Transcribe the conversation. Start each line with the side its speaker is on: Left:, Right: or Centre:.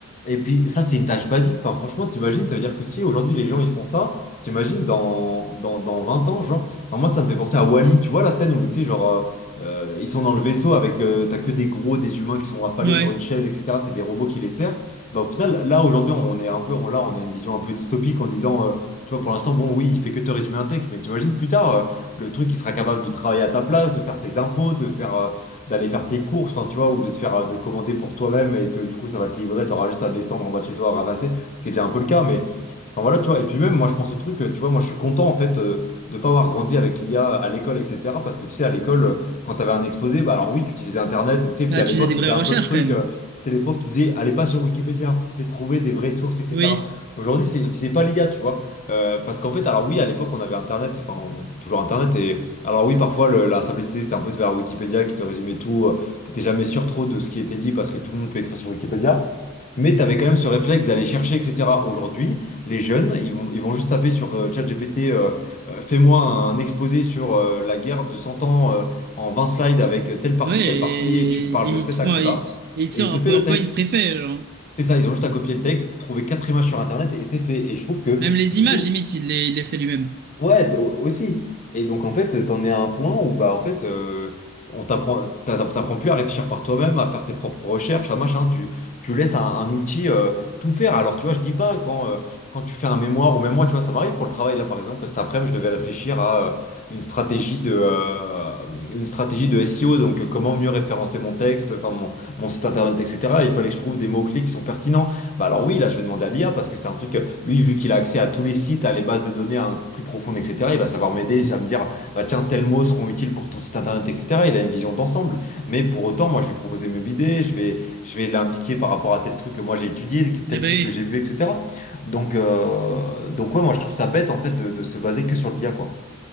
Left: Et puis ça, c'est une tâche basique. Enfin, franchement, t'imagines, ça veut dire que si aujourd'hui les gens ils font ça, t'imagines dans, dans, dans 20 ans, genre. Enfin, moi, ça me fait penser à Wall e tu vois la scène où, tu sais, genre, euh, euh, ils sont dans le vaisseau avec, euh, t'as que des gros, des humains qui sont affalés
Right: Ouais,
Left: sur une chaise, etc. C'est des robots qui les servent. Bah, au final, là, aujourd'hui, on est un peu, on, là, on a une vision un peu dystopique en disant, euh, tu vois, pour l'instant, bon, oui, il fait que te résumer un texte, mais t'imagines plus tard, euh, le truc, qui sera capable de travailler à ta place, de faire tes impôts, de faire, euh, d'aller faire tes courses, enfin, tu vois, ou de te faire, euh, de commander pour toi-même et que du coup, ça va te livrer, t'auras juste à descendre en bas de chez toi à ramasser, ce qui est déjà un peu le cas, mais Enfin voilà, tu vois, et puis même moi je pense au truc, euh, tu vois, moi je suis content en fait euh, de pas avoir grandi avec l'IA à l'école, etc. Parce que tu sais, à l'école, euh, quand t'avais un exposé, bah alors oui, tu utilisais Internet, tu sais, puis
Right: bah,
Left: à
Right: tu
Left: l'époque
Right: faisais des
Left: c'était
Right: vraies recherches
Left: un peu le truc,
Right: quand même.
Left: euh, c'était les profs qui disaient, allez pas sur Wikipédia, tu sais, trouver des vraies sources, etc.
Right: Oui,
Left: Aujourd'hui, c'est c'est pas l'IA, tu vois. Euh, parce qu'en fait, alors oui, à l'époque on avait Internet, enfin on- toujours Internet, et alors oui, parfois le- la simplicité c'est un peu de vers Wikipédia qui te résumait tout, euh, t'étais jamais sûr trop de ce qui était dit parce que tout le monde peut écrire sur Wikipédia. Mais tu avais quand même ce réflexe d'aller chercher, etc. Aujourd'hui, les jeunes, ils vont, ils vont juste taper sur euh, ChatGPT, euh, euh, fais-moi un exposé sur euh, la guerre de 100 ans euh, en 20 slides avec telle partie,
Right: ouais, et,
Left: telle partie, et tu me parles
Right: et
Left: de cet
Right: ils te font,
Left: axe-là,
Right: euh, ils- et il te
Left: et
Right: sort
Left: il te
Right: un PowerPoint
Left: fait le texte.
Right: préfet, genre.
Left: C'est ça, ils ont juste à copier le texte, trouver quatre images sur Internet, et c'est fait. Et je trouve que,
Right: Même les
Left: du
Right: images,
Left: coup,
Right: limite, il les, il les fait lui-même.
Left: Ouais, d- au- aussi. Et donc en fait, t'en es à un point où bah en fait, euh, on t'apprend, t'as- t'apprends plus à réfléchir par toi-même, à faire tes propres recherches, à machin. Tu, tu laisses un, un outil euh, tout faire. Alors tu vois, je dis pas quand euh, quand tu fais un mémoire ou même moi, tu vois, ça m'arrive pour le travail là par exemple. Cet après-midi, je devais réfléchir à euh, une stratégie de euh, une stratégie de SEO. Donc euh, comment mieux référencer mon texte, enfin mon, mon site internet, etc. Il fallait que je trouve des mots-clés qui sont pertinents. Bah alors oui, là, je vais demander à l'IA parce que c'est un truc. euh, lui, vu qu'il a accès à tous les sites, à les bases de données hein, plus profondes, etc., il va savoir m'aider, ça va me dire, bah tiens, tels mots seront utiles pour ton site internet, etc. Il a une vision d'ensemble. Mais pour autant, moi, je vais proposer mes idées, je vais, je vais l'indiquer par rapport à tel truc que moi j'ai étudié, tel
Right: Eh
Left: truc
Right: ben oui,
Left: que j'ai vu, etc. Donc, euh, donc ouais, moi, je trouve ça bête, en fait, de, de se baser que sur le l'IA, quoi.